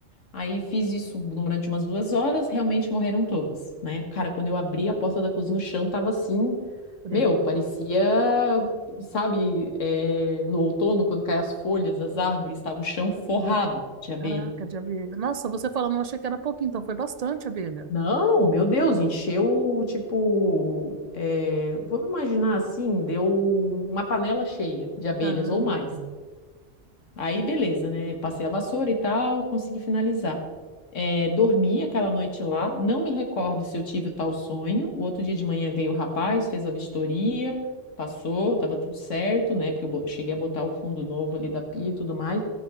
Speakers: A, on the left (about 75°); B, on the right (about 50°).
A: Aí fiz isso durante umas duas horas, realmente morreram todas, né? Cara, quando eu abri a porta da cozinha, o chão tava assim,
B: preto.
A: meu, parecia, sabe, eh, no outono, quando caem as folhas das árvores, tava o chão forrado de abelha.
B: Caraca, de abelha. Nossa, você falando, eu achei que era pouquinho, então foi bastante abelha.
A: Não, meu Deus, encheu, tipo, eh, vamos imaginar assim, deu uma panela cheia de abelhas
B: Caraca.
A: ou mais. Aí, beleza, né? Passei a vassoura e tal, consegui finalizar. Eh, dormi aquela noite lá, não me recordo se eu tive o tal sonho. O outro dia de manhã veio o rapaz, fez a vistoria, passou, tava tudo certo, né? Porque eu bo- cheguei a botar o fundo novo ali da pia e tudo mais.